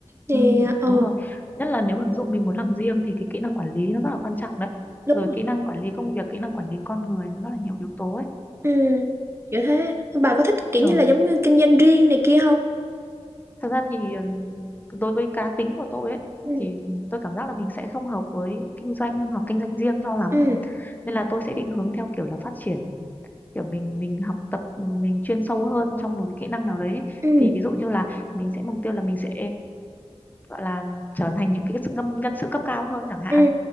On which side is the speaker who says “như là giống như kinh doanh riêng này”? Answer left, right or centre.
Right